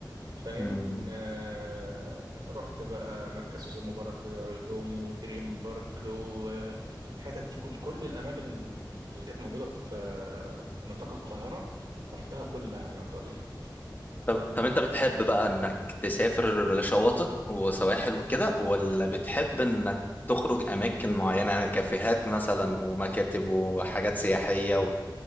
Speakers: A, on the right; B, on the left.
A: فاهم
B: مم.
A: آه، رحت بقى مركز وزير مبارك للعلوم ودريم بارك والحتت دي كل كل الاماكن اللي كانت موجوده في في نطاق القاهره رحتها كلها يعتبر
B: طب طب انت بتحب بقى انك تسافر لشواطئ وسواحل وكده ولا بتحب انك تخرج اماكن معينة يعني كافيهات مثلا ومكاتب وحاجات سياحية و-